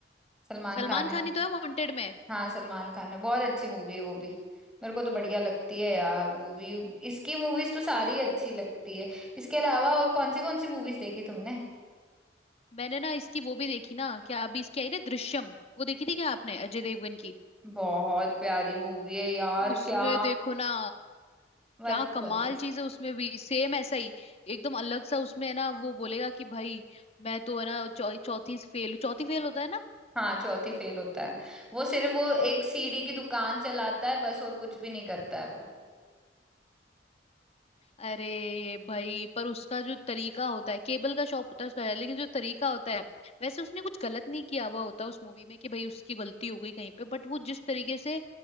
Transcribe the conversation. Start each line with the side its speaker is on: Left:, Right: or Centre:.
Centre: सलमान
Left: सलमान
Centre: खान है
Left: खान ही तो है वांटेड में
Centre: हाँ सलमान खान है बहुत अच्छी मूवी है वो भी मेरे को तो बढ़िया लगती है यार मूवी इसकी मूवीज तो सारी अच्छी लगती है इसके अलावा और कौन सी कौन सी मूवीज देखी तुमने
Left: मैंने ना इसकी वो भी देखी ना क्या अभी इसकी आई ना दृश्यम वो देखी थी क्या आपने अजय देवगन की
Centre: बहुत प्यारी मूवी है यार
Left: उसमें
Centre: क्या
Left: देखो ना
Centre: मतलब
Left: क्या कमाल चीज है उसमें भी सेम ऐसा ही एकदम अलग सा उसमें है ना वो बोलेगा कि भाई मैं तो है ना चौ, चौथी फेल चौथी फेल होता है
Centre: हाँ चौथी फेल होता है वो सिर्फ वो एक सीढ़ी की दुकान चलाता है बस और कुछ भी नहीं करता है वो
Left: अरे ये भाई पर उसका जो तरीका होता है केबल का शॉप होता है उसका है लेकिन जो तरीका होता है वैसे उसने कुछ गलत नहीं किया हुआ होता उस मूवी में कि भाई उसकी गलती हो गई कहीं पे बट वो जिस तरीके से